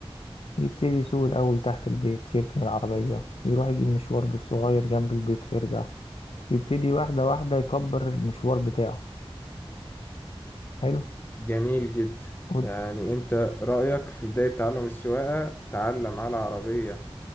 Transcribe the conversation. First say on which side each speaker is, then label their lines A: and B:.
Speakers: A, on the left; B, on the left.
A: يبتدي يسوق الأول تحت البيت يركن العربية يروح يجيب مشوار بالصغير جنب البيت ويرجع يبتدي واحدة واحدة يكبر المشوار بتاعه حلو
B: جميل جدا
A: ود-
B: يعني انت رأيك في بداية تعلم السواقة تعلم على عربية